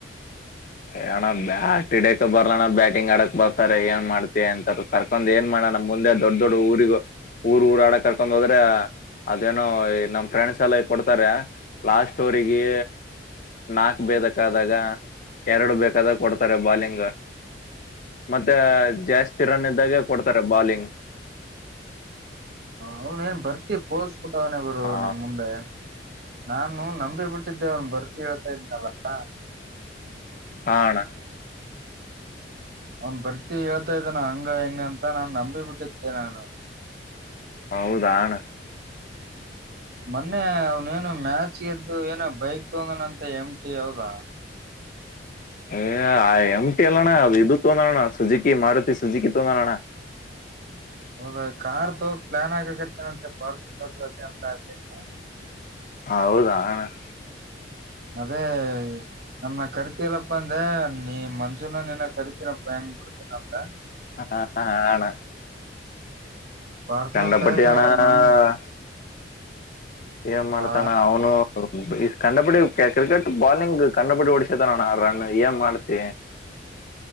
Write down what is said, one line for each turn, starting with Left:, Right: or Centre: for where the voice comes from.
Left: <inaudible> ಏಣ ಬ್ಯಾಟ್ ಇಡಕ್ ಬರೋಣ ಬ್ಯಾಟಿಂಗ್ ಆಡಕ್ ಬರ್ತಾರೆ ಏನ್ ಮಾಡ್ತತಿ ಅಂತ ಕರ್ಕೊಂಡ್ ಏನ್ ಮಾಡ್ ನಮ್ ಮುಂದೆ ದೊಡ್ಡ ದೊಡ್ ಊರಿಗ ಊರ್ ಊರಾಡಕ್ ಕರ್ಕೊಂಡ್ ಹೋದ್ರೆ ಅದೇನೋ ನಮ್ ಫ್ರೆಂಡ್ಸ್ ಎಲ್ಲ ಈ ಕೊಡ್ತಾರೆ ಲಾಸ್ಟ್ ಅವರಿಗೆ ನಾಕ್ು ಬೇದಕ್ ಆದಾಗ <inaudible> ಎರಡು ಬೇಕಾದಾಗ ಕೊಡ್ತಾರೆ ಬಾಲಿಂಗ್ ಮತ್ತೆ ಜಾಸ್ತಿ ರನ್ ಇದ್ದಾಗೆ ಕೊಡ್ತಾರೆ <inaudible> ಬಾಲಿಂಗ್ <inaudible>
Right: ಅವನ ಏನ್ ಬರ್ತಿ ಪೋಸ್ಕತವನೆ ಗರು
Left: ಹಾ
Right: ನಮ ಮುಂದೆ ನಾನು ನಂಬಿಬಿಟ್ಟು <inaudible> ಕೊಟ್ಟಿದ್ದೆ ಒನ್ ಬರ್ತಿ ಹೇಳ್ತಾ ಇದನಲ್ಲ <inaudible>
Left: ಹಣ <inaudible>
Right: ಅವನ್ ಬರ್ತಿ ಹೇಳ್ತಾ ಇದಾನ ಹಂಗ ಹಂಗ ಅಂತ ನಾನನ್ ನಂಬಿ ಬಿಟ್ಟಿದ್ದೆ ನಾನು <inaudible>
Left: ಹೌದಣ <inaudible>
Right: ಮೊನ್ನೆ ಅವ್ನೇನು ಮ್ಯಾಚ್ ಗೆದ್ದು ಏನ ಬೈಕ್ ತಗಂದಾನಂತ ಎಮಟಿ ಹೌದ <inaudible>
Left: ಹ ಆ್ ಎಮಟಿ ಅಲ್ಲಣ್ಣ ಅದು ಇದು ತೊಂದೋಣ್ಣ ಸುಜುಕಿ ಮಾರುತಿ ಸುಜುಕಿ ತೊಂದೋಳೋಣ್ಣ <inaudible> <inaudible> <unintelligible>
Right: ಹೌದ ಕಾರ್ ತಗ ಪ್ಲಾನ್ ಆಗಕತಾರಂತೆ ಪಾರ್ಸನರು ಅದೇ ಅಂತ ಆ <inaudible>
Left: ಹೌದಣ <inaudible>
Right: ಅದೇ ನಮನ್ನ ಕರಿತಲ್ಲಪ್ಪ ಅಂದೆ ನೀ ಮಂಜೂನ ನೀನ ಕರಿತೀನಪ್ಪ ಹೆಂಗ <inaudible> ತ <unintelligible>
Left: ಹಾ ಹ ಆಣ <inaudible>
Right: ಫಾರ್ಚುನರ್
Left: ಚಂಡಪಟ್ಟಿಯಣ
Right: ತರಕ
Left: <inaudible>
Right: ನಮ್
Left: ಏನ್ ಮಾಡ್ತಾನ
Right: ಆ
Left: ಅವನು <inaudible> ಕಂಡಬಡಿ ಕ್ರಿಕೆಟ್ ಬಾಲಿಂಗ್ ಕಂಡಬಡಿ ಓಡಿಸತ ನ ಆರ್ ರನ್ ಏನ್ ಮಾಡ್ತಿ <inaudible> ಹ <inaudible>